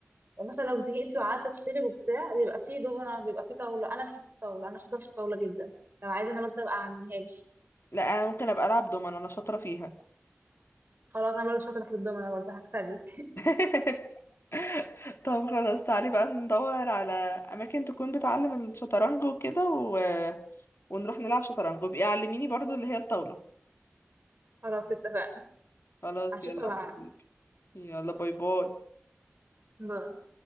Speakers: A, on the right; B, on the left.
A: مثلا لو زهقتي وقعدت افصلك وبتاع بيبقى فيه دومنة بيبقى فيه طاوله انا بحب الطاوله انا شاطره في الطاوله جدا لو عايزه انا برضه ابقى اعملها لك
B: لا انا ممكن ابقى العب دومنة انا شاطرة فيها
A: خلاص انا برضه شاطره في الدومنة برضه هكسبك
B: <laughs> طب خلاص تعالي بقى ندور على اماكن تكون بتعلم الشطرنج وكده و... ونروح نلعب شطرنج وبقي علميني برضو اللي هي الطاولة
A: خلاص اتفقنا
B: خلاص
A: هشوفها
B: يلا
A: بعد
B: حبيبي يلا باي باي
A: باي.